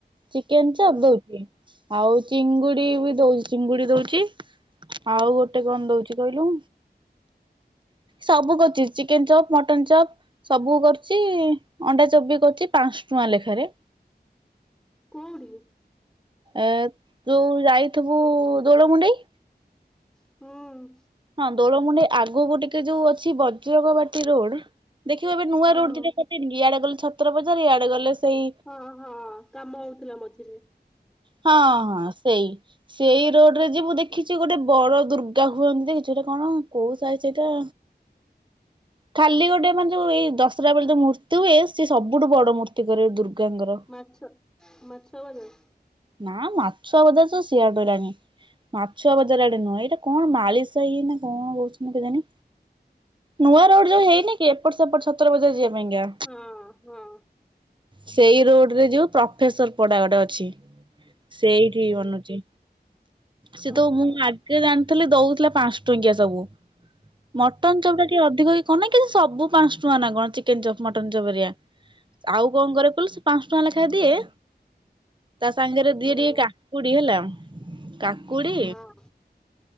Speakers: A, on the right; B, in the centre.
A: ଚିକେନ ଚପ
B: ହୁଁ
A: ଦଉଚି ଆଉ ଚିଙ୍ଗୁଡି ବି ଦଉଚି ଚିଙ୍ଗୁଡି ଦଉଚି। ଆଉ ଗୋଟେ କଣ ଦଉଚି କହିଲୁ ସବୁ କରୁଛି ଚିକେନ ଚପ୍ ମଟନ ଚପ୍। ସବୁ କରୁଚି ଅଣ୍ଡା ଚପ୍ ବି କରୁଚି ପାଞ୍ଚ ଟଙ୍କା ଲେଖାରେ।
B: କୋଉଠି?
A: ଏ ତୁ ଯାଇଥିବୁ ଦୋଳମୁଣ୍ଡେଇ।
B: ହୁଁ
A: ହଁ ଦୋଳମୁଣ୍ଡେଇ ଆଗୁକୁ ଟିକେ ଯୋଉ ଅଛି ବଜ୍ରଗବାଟି ରୋଡ ଦେଖିବ ଏବେ ନୂଆ
B: ହଁ
A: ରୋଡ ଦିଟା କରିଦେଇନି କି ଇଆଡେ ଗଲେ ଛତ୍ରବଜାର ଇଆଡେ ଗଲେ ସେଇ
B: ହଁ ହଁ କାମ ହଉଥିଲା ମଝିରେ।
A: ହଁ ହଁ ସେଇ। ସେଇ ରୋଡରେ ଯିବୁ ଦେଖିଛି ଗୋଟେ ବଡ ଦୁର୍ଗା ହୁଅନ୍ତି। ସେଇଟା କଣ କୋଉ ସାଇ ସେଇଟା। ଖାଲି ଗୋଟେ ମାନେ ଯୋଉ ଏଇ ଦଶରା ବେଳେ ଯୋଉ ମୂର୍ତ୍ତି ହୁଏ ସିଏ ସବୁଠୁ ବଡ ମୂର୍ତ୍ତି କରେ ଦୁର୍ଗାଙ୍କର।
B: ମାଛ ମାଛ ବଜାର।
A: ନା ମାଛ ବଜାର ତ ସିଆଡେ ରହିଲାଣି। ମାଛ ବଜାର ଆଡେ ନୁହଁ ଏଇଟା କଣ ମାଳିସାହି ନା କ ହୁଁ କେଜାଣି ନୂଆ ରୋଡ ଯୋଉ ହେଇନି କି ଏପଟ ସେପଟ ଛତ୍ର ବଜାର ଯିବା ପାଇଁକା।
B: ହଁ ହଁ।
A: ସେଇ ରୋଡରେ ଯୋଉ ପ୍ରଫେସର ପଡା ଗୋଟେ ଅଛି। ସେଇଠି
B: ହୁଁ
A: ବନୁଚି ସେ
B: ହଁ
A: ତ
B: ହଁ
A: ମୁଁ ଆ ଗେ ଜାଣିଥେଲି ଦଉଥିଲା ପାଞ୍ଚ ଟଙ୍କିଆ ସବୁ ମଟନ ଚପ୍ ଟା ଟିକେ ଅଧିକ କଣ ନା କି ସବୁ ପାଞ୍ଚଟଙ୍କା ନା କଣ ଚିକେନ ଚପ୍ ମଟନ ଚପ୍ ହରିକା। ଆଉ କଣ କରେ କହିଲୁ ସେ ପାଞ୍ଚଟଙ୍କା ଲେଖା ଦିଏ ସାଙ୍ଗେରେ ଦିଏ
B: ହୁଁ
A: ଟିକେ କାକୁଡି ହେଲା କାକୁଡି
B: ହଁ